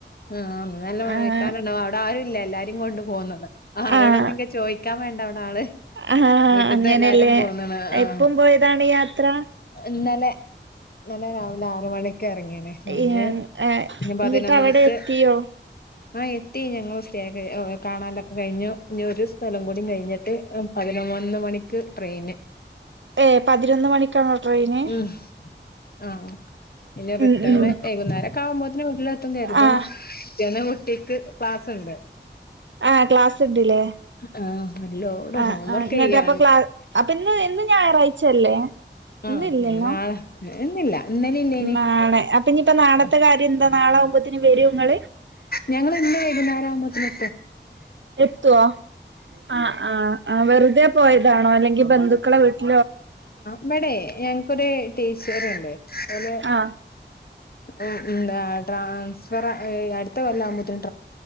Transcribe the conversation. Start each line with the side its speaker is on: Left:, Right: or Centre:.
Left: ആ അ നല്ല മയക്കാനണ്ടാവും
Right: ആഹ്
Left: അവിടെ ആരു ഇല്ല എല്ലാരും കൊണ്ടു പോന്നതാ ആരോടന്നെങ്കിലും
Right: ആഹ്
Left: ചോദിക്കാൻ വേണ്ടവവിടെ ആള്.
Right: ആഹ്
Left: വീട്ട്ത്തെ
Right: അങ്ങനെല്ലേ
Left: എല്ലാരും പോന്നാണ് ആഹ്
Right: എപ്പം പോയതാണ് യാത്ര
Left: ഇന്നലെ. ഇന്നലെ രാവിലെ ആറ് മണിക്ക് ഇറങ്ങിയേനെ
Right: ഏഹ്
Left: ഇഞ്ഞ്
Right: ഏഹ്
Left: ഇനി പതിനൊന്നണിക്ക്
Right: എന്നിട്ട് അവിടെ എത്തിയോ
Left: ആഹ് എത്തി ഞങ്ങളെ <inaudible> കാണാനൊക്കെ കഴിഞ്ഞു. ഇനി ഒരു സ്ഥലം കൂടി കഴിഞ്ഞിട്ട് പതിനൊന്നുമണി നിക്ക് ട്രെയിന്
Right: ഏ പതിനൊന്ന് മണിക്കാണോ ട്രെയിന്?
Left: ഉം ആഹ് പിന്നെ റിട്ടേണ്,
Right: ഉം ഉം
Left: വൈകുന്നേരൊക്കാവുമ്പോത്തിന് വീട്ടിലെത്തുംന്ന് കരുതന്ന്.
Right: ആഹ്
Left: ച്ചെന്റെ കുട്ടിക്ക് ക്ലാസുണ്ട്.
Right: ആഹ് ക്ലാസ്ണ്ട്ല്ലേ
Left: ആ ഒരുലോഡ്
Right: ആ
Left: ഹോംവർക്ക്
Right: ആ എന്നിട്ട്
Left: ചെയ്യാ
Right: അപ്പൊ ക്ലാസ് ഇന്ന് ഇന്ന് ഞായറാഴ്ച അല്ലേ?
Left: ആഹ്
Right: ഇന്നില്ലല്ലോ
Left: ഇനി നാളെ ഇന്നില്ല ഇന്നലെ ഇല്ലേനി
Right: നാളാകുമ്പത്തിന്
Left: ആഹ്
Right: വരോ ങ്ങള്
Left: ഞങ്ങള് ഇന്ന് വൈകുന്നേരാകുമ്പത്തിന് എത്തും.
Right: എത്തുവോ? ആ ആ വെറുതെ പോയതാണോ അല്ലെങ്കിൽ ബന്ധുക്കളെ വീട്ട്
Left: ഇവിടെ ഞങ്ങക്കൊരു ടീച്ചറുണ്ട് ഓലെ
Right: ആഹ്
Left: ഉം ഉം എന്താ ട്രാൻസ്ഫർ ഏയ് അടുത്ത കൊല്ലാവുമ്പത്തിനും